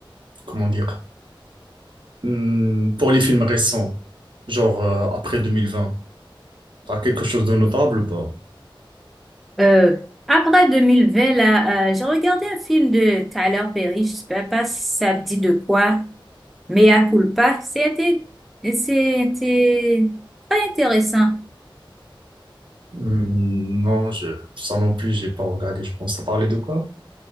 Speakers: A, on the right; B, in the centre.
A: comment dire, Hmm, pour les films récents, genre euh, après 2020. T'as quelque chose de notable ou pas?
B: Euh, après 2020, là, euh, j'ai regardé un film de Tyler Perry, je sais pas si ça me dit de quoi. Mea culpa, c'était, c'était très intéressant.
A: Hmm, non, je, ça non plus, j'ai pas regardé. Je pense, ça parlait de quoi?